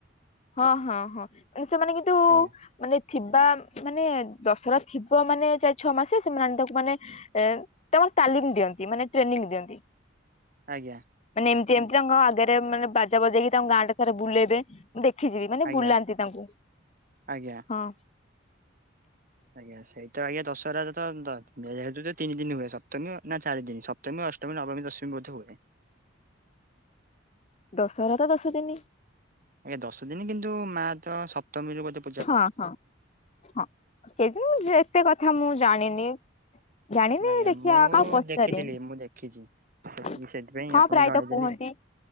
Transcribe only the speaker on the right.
ଆଜ୍ଞା
ଆଜ୍ଞା।
ଆଜ୍ଞା
ଆଜ୍ଞା।
ଆଜ୍ଞା ସେଇ ଆଜ୍ଞା ଦଶହରା ତ ତିନ୍‌ ଦିନ୍‌ ହୁଏ, ନା ଚାରି ଦିନ୍‌ ସ ଅଷ୍ଟମି, ନବମୀ, ଦଶମୀ ବଧେ ହୁଏ।
ଆଜ୍ଞା ଦଶ ଦିନ, କିନ୍ତୁ ମା ତ ସପ୍ତମୀରୁ ବଧେ
ଆଜ୍ଞା
ମୁଁ
ଦେଖିଥିଲି ମୁଁ ଦେଖିଛି। ସେତିକି
ସେଥିପାଇଁ ଆପଣଙ୍କୁ
ଜଣେଇଦେଲି